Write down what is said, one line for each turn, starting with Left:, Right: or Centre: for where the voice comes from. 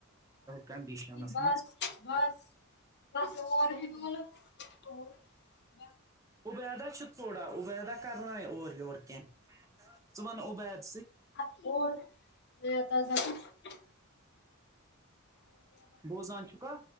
Right: کَنڈِشَنَس
Left: بس
Right: منٛز
Left: بس بس اور <unintelligible> ولو تو <unintelligible>
Right: عبدا چھ تھوڑا <unintelligible> عبیدہ کرن اور ور کی ون عبیدہ <unintelligible>
Left: آپ اور ن تازہ <unintelligible> <inaudible>
Right: بوزان چکا